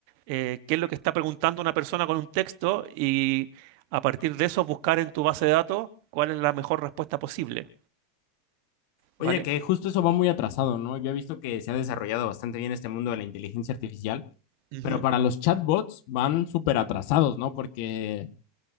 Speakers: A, on the right; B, on the left.
A: eh, qué es lo que está preguntando una persona con un texto y a partir de eso buscar en tu base de datos cuál es la mejor respuesta posible,
B: Oye,
A: ¿vale?
B: que justo eso va muy atrasado, ¿no? Yo he visto que se ha desarrollado bastante bien este mundo de la inteligencia artificial,
A: Ujú,
B: pero para los chatbots van súper atrasados, ¿no? Porque